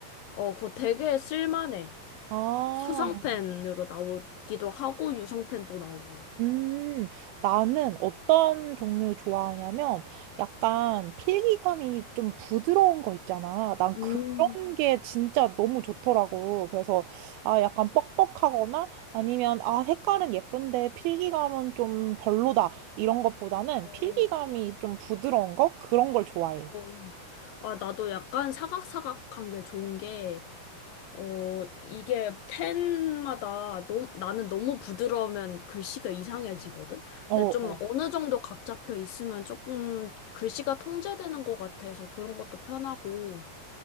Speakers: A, on the left; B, on the right.
A: 어, 그거 되게 쓸만해.
B: 아,
A: 수성펜으로 나오기도 하고, 유성펜도 나오고.
B: 음, 나는 어떤 종류 좋아하냐면 약간 필기감이 좀 부드러운 거 있잖아. 난
A: 음,
B: 그런 게 진짜 너무 좋더라고. 그래서 아, 약간 뻑뻑하거나 아니면 아, 색깔은 예쁜데 필기감은 좀 별로다. 이런 것보다는
A: 어,
B: 필기감이 좀 부드러운 거? 그런 걸 좋아해.
A: 어, 아, 나도 약간 사각사각한 게 좋은 게, 어, 이게 펜마다 너무, 나는 너무 부드러우면 글씨가 이상해지거든?
B: 어,
A: 근데 좀
B: 어.
A: 어느 정도 각 잡혀 있으면 조금 글씨가 통제되는 것 같아서 그런 것도 편하고,